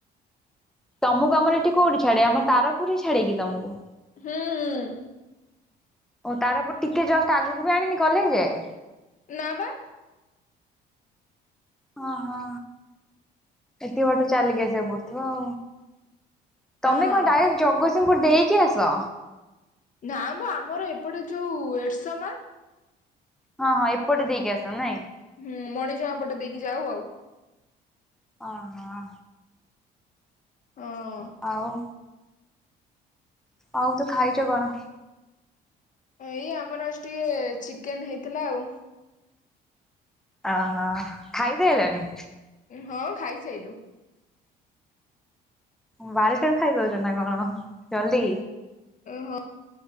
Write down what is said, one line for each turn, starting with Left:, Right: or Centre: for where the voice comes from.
Centre: ତମକୁ ଆମର ଏଠି କୋଉଠି ଛାଡେ ଆମ ତାରପୁରରେ ଛାଡେ କିି ତମକୁ?
Left: ହୁଁ ହୁଁ।
Centre: ତାରପୁରରୁ ଟିକେ ଜଷ୍ଟ ଆଗକୁ ବି ଆଣିନି କଲେଜ ଯାଏ।
Left: ନା ବା।
Centre: ହଁ ହଁ ଏତିକ ବାଟ ଚାଲିକି ଆସିବା ପଡୁଥିବ। ତମେ
Left: ହଁ।
Centre: କଣ ଡାଇରେକ୍ଟ ଜଗତସିଂହପୁର ଦେଇକି ଆସ?
Left: ନାଁ ମ ଆମର ଏପଟେ ଯୋଉ ଏଡସମା
Centre: ହଁ ହଁ ଏପଟେ ଦେଇକି ଆସ ନାଇଁ?
Left: ହୁଁ ମଣିଜଙ୍କା ପଟେ ଦେଇକି ଯାଉ ଆଉ।
Centre: ଓହୋ।
Left: ହଁ।
Centre: ଆଉ। ଆଉ ତୁ ଖାଇଚୁ କଣ?
Left: ଏଇ ଆମର ଆଜି ଟିକେ ଚିକେନ ହେଇଥିଲା ଆଉ।
Centre: ଓହୋ ଖାଇଦେଲଣି?
Left: ହଁ ଖାଇସାଇଲୁ।
Centre: ବାରୁଟାରୁ ଖାଇଦଉଛ ନା କଣ ଜଲ୍ଦି।
Left: ଓ ହଁ